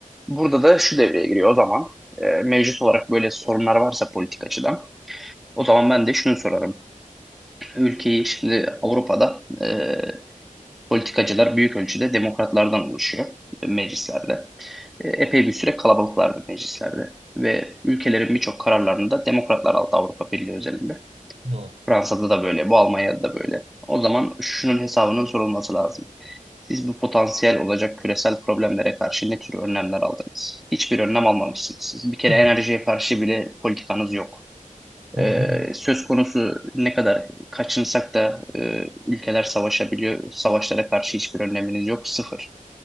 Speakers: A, in the centre; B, on the right (about 50°).
A: burada da şu devreye giriyor o zaman. E, mevcut olarak böyle sorunlar varsa politik açıdan O zaman ben de şunu sorarım. Ülkeyi şimdi Avrupa'da e, politikacılar büyük ölçüde demokratlardan oluşuyor e, meclislerde. E, epey bir süre kalabalıklardı meclislerde. Ve ülkelerin birçok kararlarını da demokratlar aldı Avrupa Birliği özelinde.
B: Doğru.
A: Fransa'da da böyle, bu Almanya'da da böyle. O zaman şunun hesabının sorulması lazım. Siz bu potansiyel olacak küresel problemlere karşı ne tür önlemler aldınız? Hiçbir önlem almamışsınız. Siz bir kere
B: Sıfır.
A: enerjiye karşı bile politikanız yok.
B: Tabii
A: Ee,
B: canım.
A: söz konusu ne kadar kaçınsak da e, ülkeler savaşabiliyor. Savaşlara karşı hiçbir önleminiz yok. Sıfır.